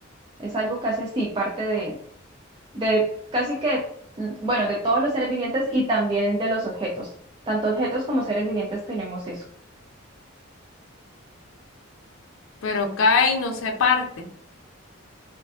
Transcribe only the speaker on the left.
pero cae y no se parte.